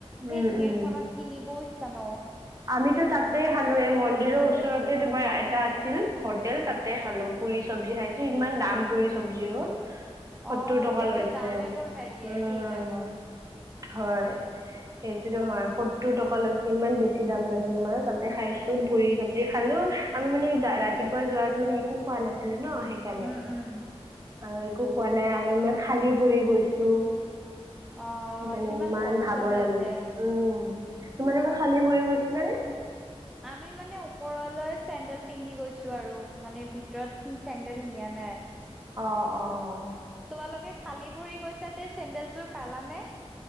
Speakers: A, on the right; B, in the centre.
A: উম।
B: ভিৰখনত
A: উম।
B: কিনিব ইচ্ছা ন।
A: আমিতো তাতে খালো এই মন্দিৰৰ
B: আৰু গৈ
A: ওচৰতে
B: আছো।
A: তোমাৰ এটা আ আছিল হোটেল তাতে খালো পুৰি চব্জি খাইছো ইমান দাম পুৰি চব্জিৰো।
B: অ
A: সত্তৰ টকা
B: এতিয়াতো
A: লৈছে
B: দামে বঢ়াই দিয়ে
A: উম
B: সেই টাইমত
A: হয় সেইটোতো হয় সত্তৰ টকা লৈছে ইমান বেছি বেছি দাম লৈছে তোমাৰ তাতে খাইছো পুৰি চব্জি খালো আমি মানে ৰাতিপুৱা যৰাত মানে একো খোৱা নাছিল? ন সেইকাৰণে
B: উম উম
A: আৰু একো হোৱা নাই আৰু ইমান খালী ভৰি গৈছো।
B: অ
A: সেইকাৰণে
B: কিমান
A: ইমান
B: কষ্ট
A: ভাগৰ
B: হৈছে
A: লাগি গৈছে উম তোমালোকে খালি। ফোৰিব গৈছিলা নে।
B: আমি মানে ওপৰলৈ চেন্দেল পিন্ধি গৈছো আৰু মানে ভিতৰত চেন্দেল নিয়াত। নাই।
A: অঁ অঁ
B: তোমালোকে খালী ভৰি গৈছা তে চেন্দেলযোৰ পালানে।